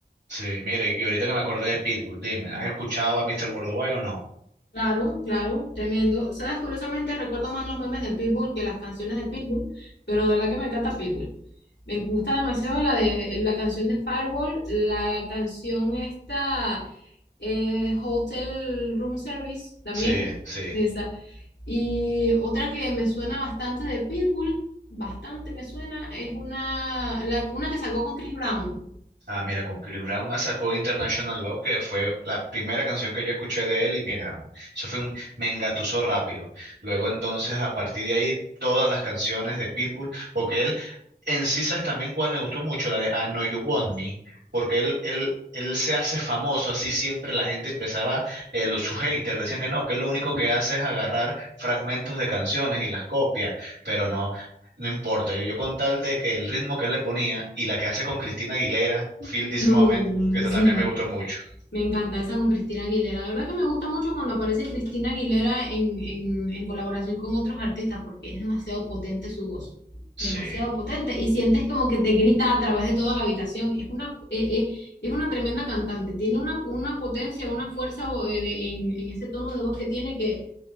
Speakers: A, on the right; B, on the left.
A: Sí, mira y ahorita que me acordé de Pitbull, dime, ¿has escuchado a Mr. Worldwide o no?
B: Claro, claro, tremendo. Sabes, curiosamente recuerdo más los memes de Pitbull que las canciones de Pitbull, pero de verdad que me encanta Pitbull. Me gusta demasiado la de la canción de Fireball, la canción esta eh, Hotel Room Service también,
A: Sí, sí.
B: esa. Y otra que me suena bastante de Pitbull, bastante me suena, es una, la- una que sacó con Chris Brown.
A: Ah, mira, con Chris Brown sacó International Love, que fue la primera canción que yo escuché de él, y mira, eso fue un me engatusó rápido. Luego entonces, a partir de ahí, todas las canciones de Pitbull, porque él, en sí, ¿sabes también cuál me gustó mucho? La de I Know You Want Me, porque él, él, él se hace famoso, así siempre la gente empezaba, eh, los, sus haters decían que no, que él lo único que hace es agarrar fragmentos de canciones y las copia, pero no. No importa, yo yo con tal de que el ritmo que él le ponía y la que hace con Cristina Aguilera, Feel This
B: No,
A: Moment, que esa
B: sí.
A: también me gustó mucho.
B: Me encanta esa con Cristina Aguilera. La verdad que me gusta mucho cuando aparece Cristina Aguilera en, en, en colaboración con otros artistas porque es demasiado potente su voz.
A: Sí,
B: Demasiado potente. Y sientes como que te grita a través de toda la habitación. Es una, eh, eh, es una tremenda cantante. Tiene una, una potencia, una fuerza eh, de- en, en ese tono de voz que tiene que